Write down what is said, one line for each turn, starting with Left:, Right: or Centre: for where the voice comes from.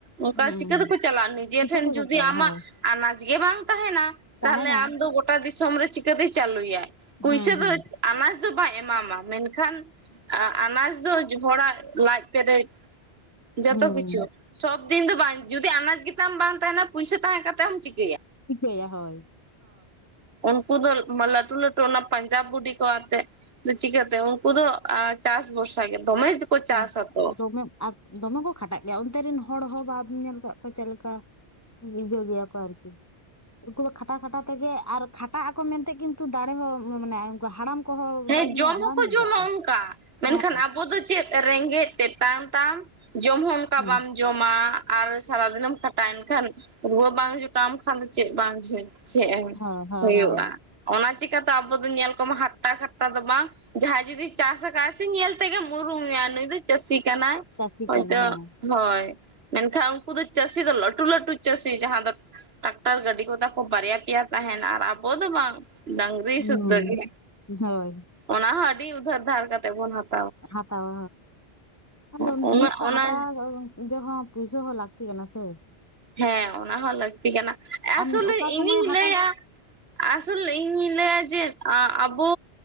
Right: ᱚᱱᱠᱟ
Left: ᱦᱮᱸ
Right: ᱪᱤᱠᱟᱹ ᱛᱮᱠᱚ ᱪᱟᱞᱟᱜᱼᱟ ᱱᱤᱡᱮ
Left: ᱪᱤᱠᱟᱹᱛᱮᱠᱚ
Right: ᱴᱷᱮᱱ ᱡᱩᱫᱤ
Left: ᱪᱟᱹᱞᱩ
Right: ᱟᱢᱟᱜ
Left: ᱦᱳᱭ
Right: ᱟᱱᱟᱡ ᱜᱮ ᱵᱟᱝ ᱛᱟᱦᱮᱸᱱᱟ
Left: ᱛᱟᱦᱮᱱᱟ
Right: ᱛᱟᱦᱚᱞᱮ ᱟᱢ ᱫᱚ ᱜᱚᱴᱟ ᱫᱤᱥᱚᱢ ᱨᱮ ᱪᱤᱠᱟᱹᱛᱮᱭ ᱪᱟᱹᱞᱩᱭᱟᱭ? ᱯᱩᱭᱥᱟᱹ
Left: ᱦᱩᱸ ᱦᱩᱸ
Right: ᱫᱚ ᱟᱱᱟᱪ ᱫᱚ ᱵᱟᱭ ᱮᱢᱟᱢᱟ ᱢᱮᱱᱠᱷᱟᱱ ᱟᱱᱟᱡᱽ ᱫᱚ ᱦᱚᱲᱟᱜ ᱞᱟᱡ ᱯᱮᱨᱮᱡ ᱡᱚᱛᱚ
Left: ᱦᱩᱸ
Right: ᱠᱤᱪᱷᱩ ᱥᱚᱵᱫᱤᱱ ᱫᱚ ᱵᱟᱝ ᱡᱩᱫᱤ ᱟᱱᱟᱡ ᱜᱮᱛᱟᱢ ᱵᱟᱝ ᱛᱟᱦᱮᱸᱱᱟ ᱯᱩᱭᱥᱟᱹ ᱛᱟᱦᱮᱸ ᱠᱟᱛᱮ ᱦᱚᱸ ᱪᱤᱠᱟ.
Left: ᱪᱤᱠᱟᱭᱟ ᱦᱳᱭ
Right: ᱩᱱᱠᱩ ᱫᱚ ᱞᱟᱹᱴᱩ ᱞᱟᱹᱴᱩ ᱚᱱᱟ ᱯᱟᱧᱡᱟᱵᱽ ᱵᱩᱰᱤ ᱠᱚ ᱟᱛᱮ ᱪᱤᱠᱟᱹᱛᱮ ᱩᱱᱠᱩ ᱫᱚ ᱪᱟᱥ ᱵᱷᱚᱨᱥᱟ ᱜᱮ ᱫᱚᱢᱮ ᱜᱮᱠᱚ
Left: ᱛᱚ
Right: ᱪᱟᱥ ᱟᱛᱚ
Left: ᱫᱚᱢᱮ ᱟᱨ ᱫᱚᱢᱮ ᱠᱚ ᱠᱷᱟᱴᱟᱜ ᱜᱮᱭᱟ ᱚᱱᱛᱮ ᱨᱮᱱ ᱦᱚᱲ ᱦᱚᱸ ᱵᱟᱢ ᱧᱮᱞ ᱟᱠᱟᱫ ᱠᱚᱣᱟ ᱪᱮᱫ ᱞᱮᱠᱟ <unintelligible> ᱠᱚ ᱟᱨᱠᱤ ᱩᱱᱠᱩ ᱫᱚ ᱠᱷᱟᱴᱟ ᱠᱷᱟᱴᱟ ᱛᱮᱜᱮ ᱟᱨ ᱠᱷᱟᱴᱟᱜ ᱟᱠᱚ ᱢᱮᱱᱛᱮ ᱠᱤᱱᱛᱩ ᱫᱟᱲᱮ ᱦᱚᱸ ᱢᱟᱱᱮ ᱩᱱᱠᱩ ᱦᱟᱲᱟᱢ ᱠᱚᱦᱚᱸ
Right: ᱦᱮᱸ
Left: ᱵᱟᱢ
Right: ᱡᱚᱢ
Left: ᱧᱮᱞ
Right: ᱦᱚᱸᱠᱚ
Left: ᱵᱟᱢ ᱧᱮᱞ
Right: ᱡᱚᱢᱟ
Left: ᱠᱟᱜ ᱠᱚᱣᱟ
Right: ᱚᱱᱠᱟ ᱢᱮᱱᱠᱷᱟᱱ
Left: ᱦᱚᱸ
Right: ᱟᱵᱚ ᱫᱚ ᱪᱮᱫ ᱨᱮᱸᱜᱮᱡ ᱛᱮᱛᱟᱝ ᱛᱟᱢ ᱡᱚᱢ ᱦᱚᱸ ᱚᱱᱠᱟ
Left: ᱦᱩᱸ
Right: ᱵᱟᱢ ᱡᱚᱢᱟ ᱟᱨ ᱥᱟᱨᱟ ᱫᱤᱱᱮᱢ ᱠᱷᱟᱴᱟᱭᱮᱱ ᱠᱷᱟᱱ ᱨᱩᱣᱟᱹ ᱵᱟᱝ ᱡᱚᱴᱟᱣ ᱟᱢ ᱠᱷᱟᱱ ᱫᱚ ᱪᱮᱫ ᱵᱟᱝ ᱡᱷ ᱪᱮ
Left: ᱦᱳᱭ ᱦᱳᱭ
Right: ᱦᱩᱭᱩᱜᱼᱟ
Left: ᱦᱳᱭ
Right: ᱚᱱᱟ ᱪᱤᱠᱠᱟᱛᱮ ᱟᱵᱚ ᱫᱚ ᱧᱮᱞ ᱠᱚᱢᱟ ᱦᱟᱴᱴᱟ ᱠᱷᱟᱴᱴᱟ ᱟᱫᱚ ᱵᱟᱝ ᱡᱟᱦᱟᱸᱭ ᱡᱩᱫᱤ ᱪᱟᱥ ᱠᱟ ᱟᱭ ᱥᱮ ᱩᱱᱤ ᱫᱚ ᱧᱮᱞ ᱛᱮᱜᱮᱢ ᱩᱨᱩᱢᱮᱭᱟ ᱱᱩᱭ ᱫᱚ ᱪᱟᱹᱥᱤ ᱠᱟᱱᱟᱢ
Left: ᱪᱟᱹᱥᱤ
Right: ᱦᱚᱛᱳ
Left: ᱠᱟᱱᱟᱭ ᱦᱮᱸ
Right: ᱦᱚᱭ ᱢᱮᱱᱠᱷᱟᱱ ᱩᱱᱠᱩ ᱫᱚ ᱪᱟᱹᱥᱤ ᱫᱚ ᱞᱟᱹᱴᱩ ᱞᱟᱹᱴᱩ ᱪᱟᱹᱥᱤ ᱡᱟᱦᱟᱸ ᱫᱚ ᱴᱟᱠᱴᱟᱨ ᱜᱟᱹᱰᱤ ᱠᱚᱫᱚ ᱠᱷᱩ ᱵᱟᱨᱭᱟ ᱯᱮᱭᱟ ᱛᱟᱦᱮᱸᱱᱟ ᱟᱨ ᱟᱵᱚ ᱫᱚ ᱵᱟᱝ ᱰᱟᱹᱟᱝᱨᱤ
Left: ᱦᱩᱸ
Right: ᱥᱩᱫᱽᱫᱷᱟᱹ ᱜᱮ
Left: ᱦᱳᱭ
Right: ᱚᱱᱟ ᱦᱚᱸ ᱟᱹᱰᱤ ᱩᱫᱷᱟᱹᱨ ᱫᱷᱟᱨ ᱠᱟᱛᱮᱜ ᱵᱚᱱ ᱦᱟᱛᱟ
Left: ᱦᱟᱛᱟᱟᱣ ᱛᱟᱦᱚᱞᱮ
Right: ᱩᱱᱟᱹᱜ
Left: ᱡᱤᱱᱤᱥ ᱠᱚ
Right: ᱚᱱᱟ
Left: ᱦᱟᱛᱟᱣ <unintelligible> ᱯᱩᱭᱥᱟᱹ ᱦᱚᱸ ᱞᱟᱹᱠᱛᱤ ᱠᱟᱱᱟ ᱥᱮ
Right: ᱦᱮᱸ ᱚᱱᱟ ᱦᱚᱸ ᱞᱟᱹᱠᱛᱤ ᱠᱟᱱᱟ ᱟᱥᱚᱞᱮ
Left: ᱟᱢ ᱚᱠᱟ
Right: ᱤᱧᱤᱧ
Left: ᱥᱚᱢᱚᱭ ᱦᱟᱛᱟᱣ
Right: ᱞᱟᱹᱭᱟ ᱟᱥᱚᱞᱮ ᱤᱧᱤᱞ ᱞᱮᱭᱟ ᱡᱮ ᱟᱜ ᱟᱵᱚ